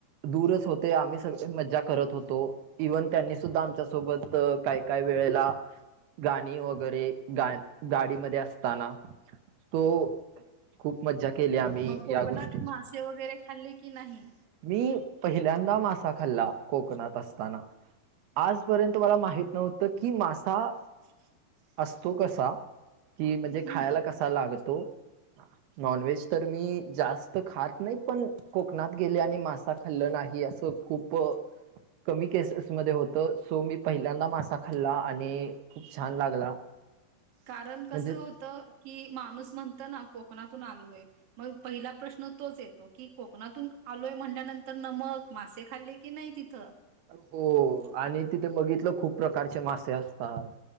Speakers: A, on the right; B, on the right.
A: दूरच होते आम्ही सगळी मज्जा करत होतो. इव्हन त्यांनी सुद्धा आमच्यासोबत काय-काय वेळेला गाणी वगैरे ते गा गाडी मध्ये असताना तो खूप मज्जा केले आम्ही
B: मग कोकणात
A: या गोष्टीची.
B: मासे वगैरे खाल्ली की नाही,
A: मी पहिल्यांदा मासा खाल्ला, कोकणात असताना आजपर्यंत मला माहित नव्हतं की मासा
B: ह <unintelligible>
A: असतो कसा की, म्हणजे
B: हम्म
A: खायला कसा लागतो नॉन व्हेज तर मी जास्त खात नाही. पण कोकणात गेले आणि मासा खाल्लं नाही असं खूप कमी केसेसमध्येध्ये होत सो मी पहिल्यांदा मासा खाल्ला आणि खूप छान लागला.
B: कारण कस
A: म्हणजे
B: होत की माणूस म्हणत ना कोकणातून आलोय. मग पहिला प्रश्न तोच येतो, की कोकणातून आलोय म्हणल्यानंतर नमक मासे खाली. की नाही तिथं,
A: हो.. आणि तिथे बघितलं खूप प्रकारचे मासे असतात.